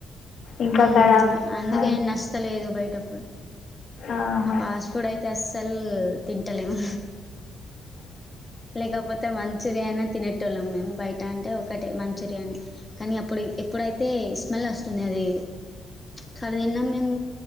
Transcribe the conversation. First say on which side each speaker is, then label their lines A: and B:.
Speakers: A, on the left; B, on the left.
A: ఇంకా
B: హుమ్
A: ఖరాబ్ అవుతుంది
B: అందుకే ఆయన వస్తాలే లేదు బయట ఫుడ్
A: ఆహా
B: ఆ ఫాస్ట్ ఫుడ్ అయితే అస్సలు తింటలేము లేకపోతే అయితే మంచూర్యానా తినేటి వాళ్ళం మేము బయట అంటే ఒకటే మంచూర్యాని కానీ అప్పుడు ఎప్పుడైతే స్మెల్ వస్తుంది అది సర తిన్నము మేము